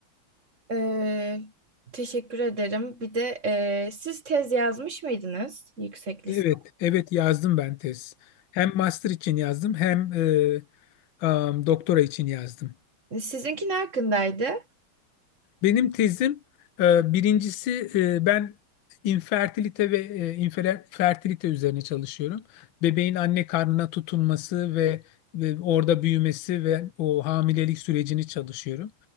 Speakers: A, on the right (about 35°); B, on the left (about 70°).
A: Ee, teşekkür ederim. Bir de e, siz tez yazmış mıydınız yüksek lisans?
B: Evet, evet yazdım ben tez. Hem master için yazdım hem e, am, doktora için yazdım.
A: Sizinki ne hakkındaydı?
B: Benim tezim e, birincisi e, ben infertilite ve e, infer- fertilite üzerine çalışıyorum. Bebeğin anne karnına tutunması ve, ve orada büyümesi ve o hamilelik sürecini çalışıyorum.